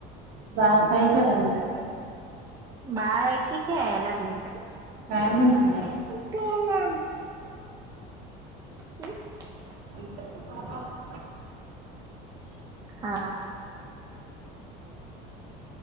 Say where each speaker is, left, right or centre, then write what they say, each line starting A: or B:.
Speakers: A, on the right; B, on the right.
A: बाळ काय करायलय?
B: बाळा एकी खेळाय लागली.
A: काय म्हणाल्या?
B: <unintelligible> <unintelligible>
A: <inaudible>
B: हा.